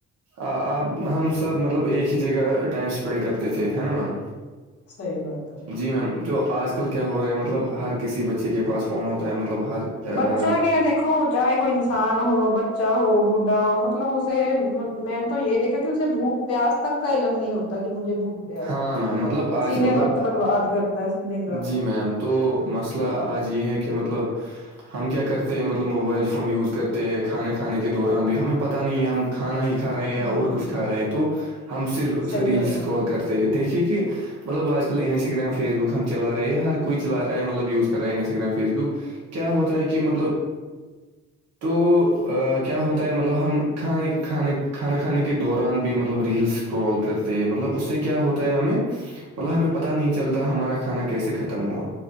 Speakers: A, on the right; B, on the left.
A: آپ ہم سب مطلب ایک ہی جگہ ٹائم اسپینڈ کرتے تھے نا میم
B: صحیح بات ہے
A: جی میم جو آج کل کیا ہو رہا ہے مطلب ہر کسی بچے کے پاس فون ہوتا ہے مطلب ہر آ،
B: بچا کیا دیکھ دیکھو چاہے کوئی انسان ہو بچا ہو بوڑھا ہو مطلب اسے میں نے تو یہ دیکھا کہ اسے بھوک پیاس تک کا علم نہیں ہوتا کہ مجھے بھوک پیاس
A: ہاں
B: ہے
A: میم مطلب آج
B: اسی میں
A: مطلب
B: وقت برباد کرتا ہے دن رات
A: جی میم تو مسئلہ آج یہ ہے کہ مطلب ہم کیا کرتے ہیں مطلب موبائل فون یوز کرتے کھانے کھانے کے دوران بھی ہمیں پتہ نہیں ہے ہم کھانا ہی کھا رہے ہیں
B: ہ
A: یا اور کچھ کھا رہے ہیں تو ہم صرف اسے
B: صحیح
A: ریلس
B: فرمایا
A: کال کرتے ہیں دیکھیے کہ مطلب آج کل انساگرام فیس بک ہم چلا رہے ہیں ہر کوئی چلا رہا ہے مطلب یوز کر رہا ہے انسا گگرام فیس بک کیا ہوتا ہے کہ مطلب تو کیا ہوتا ہے مطلب ہم کھانے کھانے کھانا کھانے کے دوران بھی مطلب ریلس کرتے مطلب اس سے کیا ہوتا ہے ہمیں مطلب ہمیں پتہ نہیں چلتا ہمارا کھانا کیسے ہوا